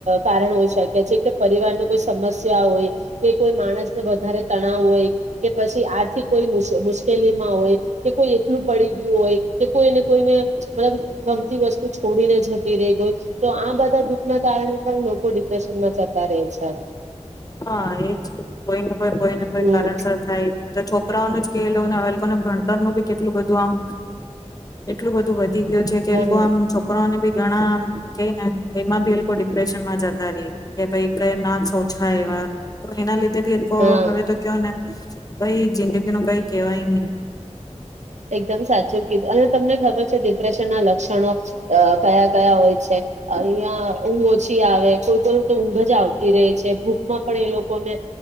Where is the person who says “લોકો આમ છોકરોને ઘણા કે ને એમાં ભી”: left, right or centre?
Left